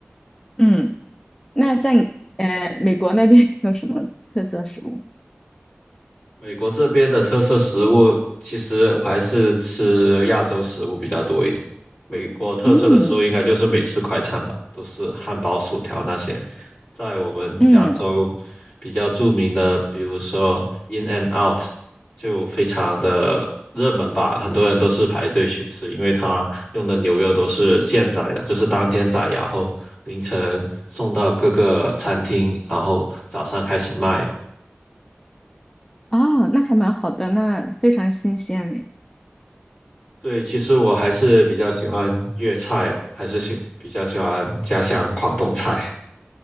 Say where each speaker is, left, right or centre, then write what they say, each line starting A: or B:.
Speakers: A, on the left; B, on the left.
A: 嗯，那像你呃美国那边 <laughs> 有什么特色食物？
B: 美国这边的特色食物，其实我还是吃亚洲食物比较多一点。美国特色的食物应该就是美式快餐吧，
A: 嗯
B: 都是汉堡、薯条那些。在我们加州比较著名的，
A: 嗯，
B: 比如说 In and Out，就非常的热门吧，很多人都是排队去吃，因为它用的牛肉都是现宰的，就是当天宰，然后凌晨送到各个餐厅，然后早上开始卖。
A: 哦，那还蛮好的，那非常新鲜诶。
B: 对，其实我还是比较喜欢粤菜，还是喜比较喜欢家乡广东菜。